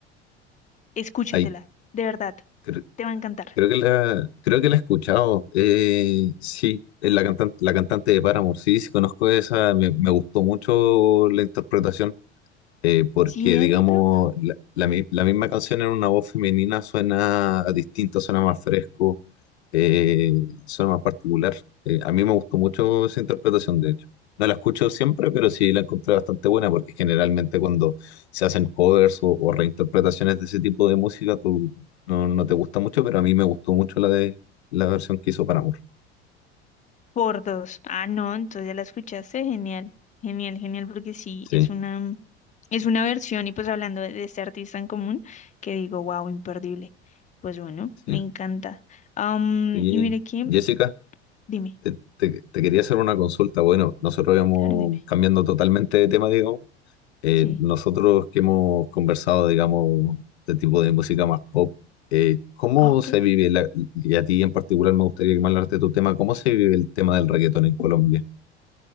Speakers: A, on the left; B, on the left.
A: Escúchatela,
B: ahí
A: de verdad,
B: cre-
A: te va a encantar.
B: creo que la, creo que la he escuchado. Eh, sí, es la cantante, la cantante de Paramore. Sí, sí, conozco esa. Me, me gustó mucho la interpretación eh, porque
A: ¿Cierto?
B: digamos, la, la mi- la misma canción en una voz femenina suena distinto, suena más fresco, eh, suena más particular. Eh, a mí me gustó mucho esa interpretación, de hecho. No la escucho siempre, pero sí la encontré bastante buena, porque generalmente cuando se hacen covers o, o reinterpretaciones de ese tipo de música, tú no, no te gusta mucho, pero a mí me gustó mucho la de la versión que hizo para amor
A: Por dos. Ah, no, entonces ya la escuchaste, genial, genial, genial, porque sí,
B: Sí,
A: es una, mm, es una versión y pues hablando de, de este artista en común, que digo, wow, imperdible. Pues bueno,
B: sí.
A: me encanta. Am,
B: Oye,
A: y mire que,
B: Jessica.
A: dime,
B: te, te- te quería hacer una consulta. Bueno, nosotros íbamos
A: claro, dime.
B: cambiando totalmente de tema, digamos. Eh,
A: Sí,
B: nosotros que hemos conversado, digamos, de tipo de música más pop, eh, ¿cómo
A: ok.
B: se vive, la- y a ti en particular me gustaría que me hablaras de tu tema, ¿cómo se vive el tema del reggaetón en Colombia?